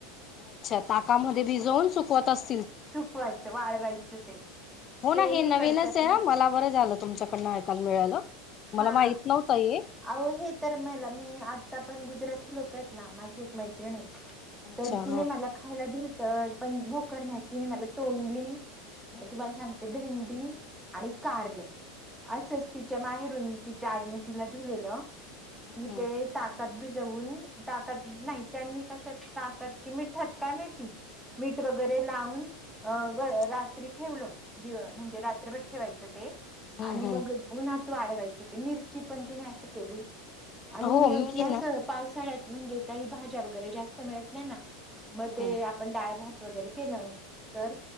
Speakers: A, on the left; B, in the centre.
A: अच्छा ताकामध्ये भिजवून सुकवत असत
B: सुकवायचं वाळवायचं ते
A: हो ना
B: ते हे
A: नवीनच
B: करतात
A: आहे
B: ना,
A: मला बरं झालं तुमच्याकडनं ऐकायला मिळालं मला
B: हा
A: माहित नव्हतं हे
B: आओ हे तर मला मी आता पण गुजरात लोकयत ना माझी एक मैत्रिणे
A: अच्छा
B: तर
A: हा
B: तिने मला खायला दिलतं पण भूख करण्या तिने मला तोंडली
A: हम्म
B: म तुम्हाला सांगते भें डी आणि
A: हम्म
B: कारलं असंच तिच्या माहेरून तिच्या आईने तिला दिलेलं कि
A: हम्म
B: ते टाक. ताक भिजून, ताकत नाही त्यांनी कशाकत ताकात की मीठात काय माहीती मीठ वगैरे लावून अ
A: हम्म
B: ब रात्री ठेवलं. दिव म्हणजे रात्रभर ठेवायचं ते.
A: हम्म
B: आणि
A: हम्म.
B: मग उणात. वाळवायच ते मिरची पण तिने अशी केली हो आणि
A: हो मी
B: ती आस
A: ना
B: पावसाळ्यात म्हणजे काही भाज्या वगैरे जास्त मिळत नाही ना.
A: हम्म
B: मग ते
A: हम्म.
B: आपण डाळ भात वगैरे केलं. तर